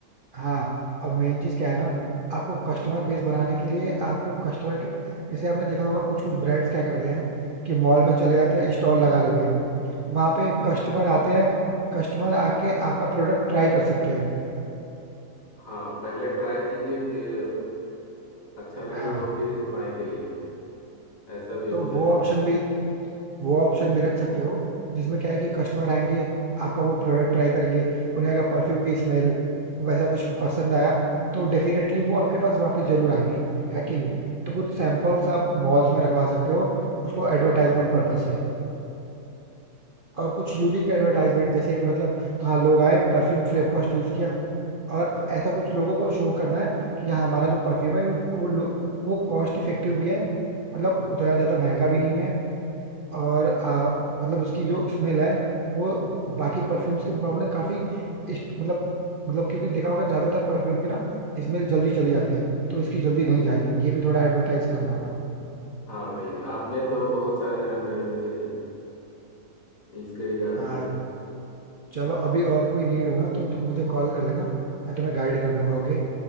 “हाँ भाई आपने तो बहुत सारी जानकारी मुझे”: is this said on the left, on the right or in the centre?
Left